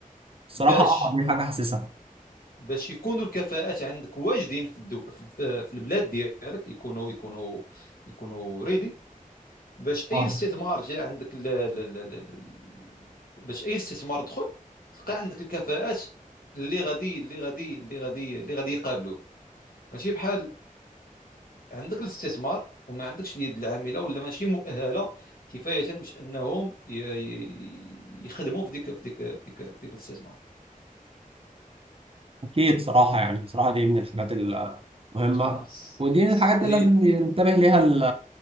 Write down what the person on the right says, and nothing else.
الصراحة
آه، دي حاجة حاسسها
اه.
أكيد صراحة يعني صراحة دي من الحاجات المهمة
ودي من
الحاجات اللي
لازم ينتبه ليها ال-